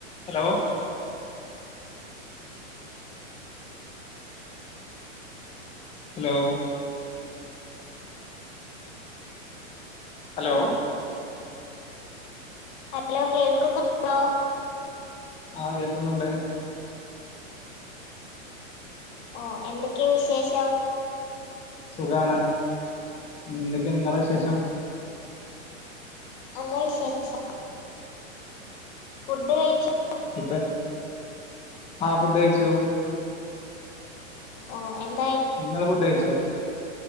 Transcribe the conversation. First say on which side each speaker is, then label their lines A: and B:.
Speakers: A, on the left (about 15°); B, on the left (about 40°).
A: Hello hello hello
B: hello കേൾക്കുന്നുണ്ടോ
A: ആ കേൾക്കുന്നുണ്ട്
B: ഓ എന്തൊക്കെയാ വിശേഷം
A: സുഖാണ് എന്തൊക്കെയ നിങ്ങളെ വിശേഷം
B: നല്ല വിശേഷം ഫുഡ് കഴിച്ച <unintelligible>
A: ഇപ്പ ആ ഫുഡ് കഴിച്ചു
B: ഓ എ
A: നിങ്ങള് ഫുഡയ്ച്ചോ